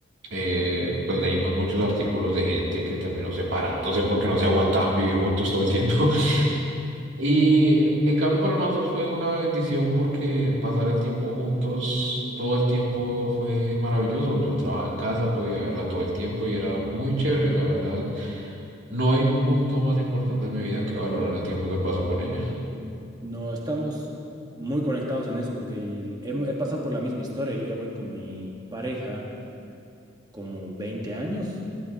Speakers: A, on the right; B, on the right.
A: eh, pues leímos muchos artículos de gente que terminó separándose porque no se aguantaban vivir juntos todo el tiempo. Y en cambio para nosotros fue una bendición porque pasar el tiempo juntos todo el tiempo fue maravilloso. Yo trabajaba en casa, podía verla todo el tiempo y era muy chévere, la verdad. No hay punto más importante en mi vida que valorar el tiempo que paso con ella.
B: No, estamos muy conectados en eso porque el- he, he pasado por la misma historia, yo ya voy con mi pareja como 20 años,